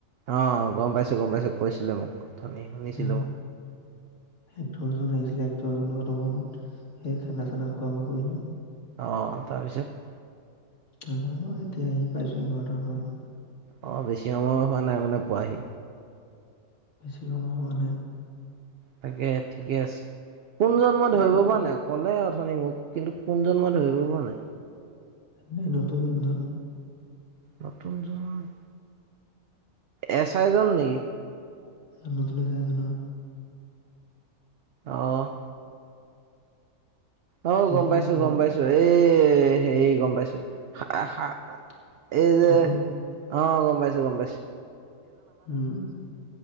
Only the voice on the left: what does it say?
<unintelligible> এক্টৰজন আহিছিলে এক্টৰ জনৰ লগত অকন সেই খানা চানা খোৱা বোৱা কৰিলোঁ।
তাৰ লগত এতিয়া আহি পাইছোহি ঘৰত অমান।
বেছি সময় হোৱা নাই।
লখিম
মানে নতুন জুন।
এ নতুন এছ আই জনৰ।
দেখিছা
চাগে
সপোন
উমঁ